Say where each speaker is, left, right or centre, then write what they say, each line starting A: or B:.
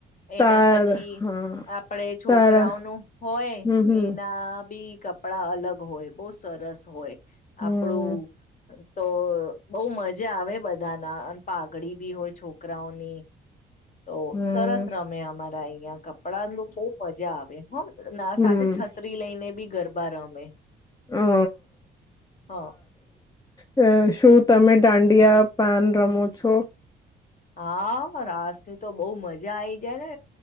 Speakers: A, on the left (about 40°); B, on the left (about 20°).
A: એના
B: તાર
A: પછી
B: હા
A: આપડે છોકરાઓનું
B: તારા
A: હોય
B: હમ હમ
A: એના બી કપડા અલગ હોય બહુ સરસ હોય. આપણું
B: હમ
A: તો બઉ મજા આવે બધા ના અન પાઘડી બી હોય. છોકરાઓની તો
B: હમ
A: સરસ રમે અમારા અહ્યા કપડાનું ખુબ મજા આવે હ ના
B: હમ
A: સાથે છત્રી લઈને બી ગરબા રમે
B: અ
A: હ
B: હમ્મ શું તમે દાંડિયા પાન રમો છો?
A: આ રાસ ની તો બહુ મજા આઈ જાય ને